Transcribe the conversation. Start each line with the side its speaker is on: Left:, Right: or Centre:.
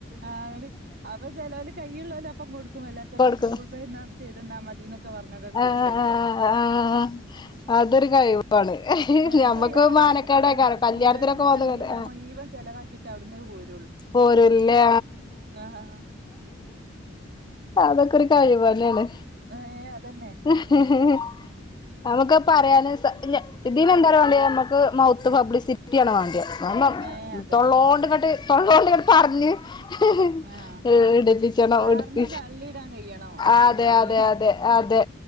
Right: ആഹ് ഇന്നട് അപ്പം ചെലോല് കൈയ്യ്ള്ളോല് അപ്പം കൊടുക്കും. അല്ലാത്തോരോട്
Left: കൊടുക്കും
Right: ഗൂഗിൾ പേ ന്നാ ചെയ്തെന്നാ മതിന്നൊ ക്കെ പർഞ്ഞാണ്ടാണ്ട് കൊടുക്കലാ.
Left: ആഹ് ആഹ് അതൊരു കഴിവാണ്. ഞമ്മക്കത്
Right: അത് ഞാൻ പറയാ
Left: മാനക്കേടേക്കാരം.
Right: അത്
Left: കല്യാണത്തിലൊക്കെ
Right: കൊണ്ടുവരുന്ന
Left: പോന്ന്ങ്ങാണ്ട്
Right: സഞ്ചിയുള്ള മുഴുവൻ ചെലവാക്കിയിട്ട് അവ്ടുന്നത് പോരും
Left: പോരുല്ലാ
Right: ആഹ്
Left: അതൊക്കെ ഒരു കഴിവ് തന്നേണ്
Right: ഏഹ് അതന്നെ
Left: ഹ്ഹ്ഹ് നമുക്കത് പറയാന് ന് ഇതിന് എന്താറ്യോ വാണ്ട്യേ നമുക്ക് മൗത്ത് പബ്ലിസിറ്റിയാണ് വാണ്ട്യേത്
Right: ഏഹ്
Left: <unintelligible>
Right: അതന്നെ
Left: തൊള്ളോണ്ട്ങ്ങെട്ട് തൊള്ളോണ്ട്ങ്ങെട്ട് പർഞ്ഞ് <unintelligible>
Right: ആഹ്
Left: ഇട്ക്
Right: പറഞ്ഞ് തള്ളിയിടാൻ കഴിയണം ആൾക്കാരെ
Left: അതെ അതെ അതെ അതെ